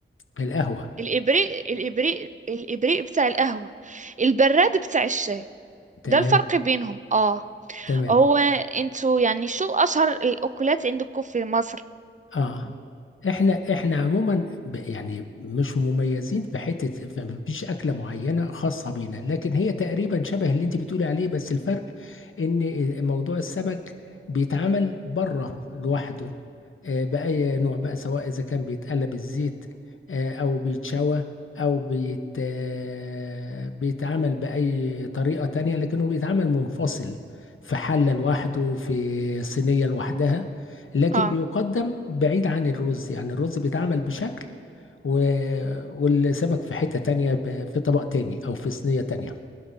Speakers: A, on the left (about 70°); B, on the right (about 35°).
A: في القهوة
B: الإبريق الإبريق الإبريق بتاع القهوة البراد بتاع الشاي
A: تمام
B: ده الفرق بينهم اه
A: تمام
B: هو انتوا يعني شو أشهر الأكلات عندكم في مصر
A: اه احنا احنا عموما ب- يعني مش مميزين في حته في- مفيش اكله معينه خاصه بينا لكن هي تقريبا شبه اللي انت بتقولي عليه بس الفرق ان موضوع السمك بيتعمل بره لوحده آه، باي نوع بقى سواء اذا كان بيتقلب الزيت آه، او بيتشوى او بيت آه، بيتعمل باي طريقه تانية لكنه بيتعمل منفصل في حله لوحده في صينيه لوحدها لكن
B: اه
A: بيقدم بعيد عن الرز يعني الرز بيتعمل بشكل و... والسمك في حتة تانية ب... في طبق تاني او في صينية تانية